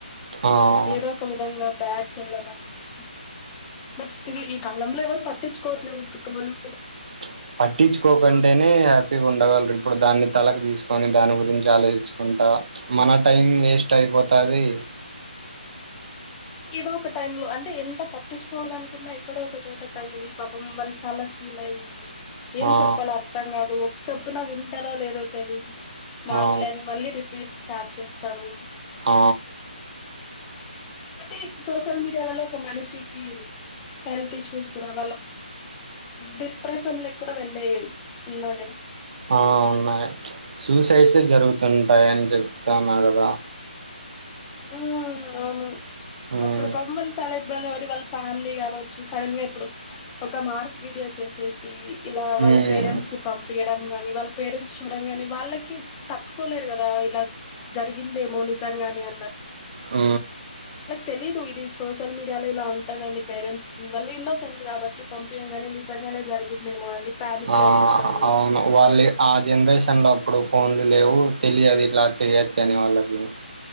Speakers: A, on the right; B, on the left.
A: ఆ
B: ఏదో ఒక విధంగా బ్యాడ్ చేయడం. అనేది ప్చ్ బట్ స్టిల్ ఈ కాలంలో, ఎవరు పట్ పట్టించుకోతున్నాం, కుటుంబన్న్
A: ప్చ్ పట్టించుకోకంటేనే హ్యాపీగా ఉండగలరు. ఇప్పుడు దాన్ని తలక్ తీసుకొని దాని, గురించి ఆలోచించుకుంటా ప్చ్ మన టైం వేస్ట్ అయిపోతది.
B: ఏదో ఒక టైమ్ లో అంటే ఎంత పట్టించుకోవాలనుకున్నా, ఎక్కడో ఒక చోట తగిలి పాపం, వాళ్లు చాలా ఫీల్ అయ్యి ప్చ్ ఏం
A: ఆ
B: చెప్పాల అర్థం కాదు. చెప్పునా వింటార లేదో తెలీదు. మామూలేని
A: ఆ
B: మళ్ళీ రీప్ పీట్స్, స్టార్ట్ చేస్తారు.
A: ఆ
B: కాబట్టి సోషల్ మీడియా వల్ల, ఒక మనిషికి హెల్త్ ఇష్యూస్, కూడా వాళ్ళక్ హ్మ్ డిప్రెషన్లు ఎక్కువగా వెళ్ళే ఎల్స్ ఉన్నారు. కదా
A: ఆ ఉన్నాయి. ప్చ్ సూసైడ్స్ జరుగుతుంటాయి. అని జేప్తన్నారు. కదా
B: హ్మ్ అవును ప్చ్
A: మ్మ్
B: అప్పుడు, బొమ్మలు చాలేక్ ఇబ్బంది పడి వాళ్ళ ఫ్యామిలీ కావచ్చు. సడన్ గా ఇప్పుడు ప్చ్, ఒక మార్క్ వీడియో చేసేసి ఇలా వాళ్ళ
A: మ్మ్
B: పేరెంట్స్ కి పంపియడంనికి కాని వాళ్ళ పేరెంట్స్ చూడడం గానీ వాళ్ళకి తట్టుకోలేరు కదా ఇలా జరిగిందేమో నిజంగానే అన్న
A: అ
B: తెలీదు ఇది సోషల్ మీడియాలో ఇలా ఉంటాందని పేరెంట్స్ కి వాళ్ల ఎన్నో సంది కాబట్టి పంపించం కాగానీ నిజంగానే జరిగిందేమో అని ప్యానిక్
A: ఆ
B: అయిపోతారు
A: అవును వాళ్ళ ఆ జనరేషన్ లో ఇప్పుడు ఫోన్లు లేవు తెలియదు ఇట్లా చెయొచ్చు అని వాళ్ళకి అగే